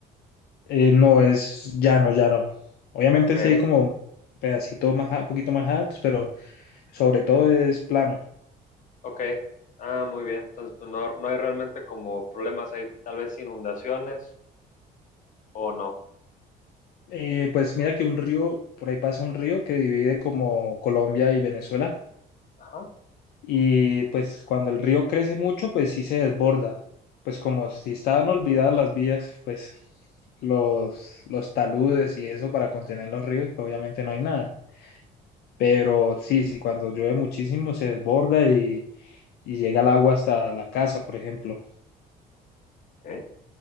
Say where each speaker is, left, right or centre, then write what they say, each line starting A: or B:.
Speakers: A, on the left; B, on the left.
A: Eh, no es llano, llano. Obviamente
B: Ok,
A: sí hay como pedacitos más, a- un poquito más altos, pero sobre
B: ujú,
A: todo es plano.
B: ok. Ah, muy bien. Entonces, pues no, no hay realmente como problemas, hay tal vez inundaciones o no.
A: Eh, pues mira que un río, por ahí pasa un río que divide como Colombia y Venezuela.
B: Ajá,
A: Y pues cuando el río crece mucho, pues sí se desborda. Pues como si estaban olvidadas las vías, pues los, los taludes y eso para contener los ríos, pues obviamente no hay nada. Pero sí, sí, cuando llueve muchísimo se desborda y, y llega el agua hasta la casa, por ejemplo.
B: ok.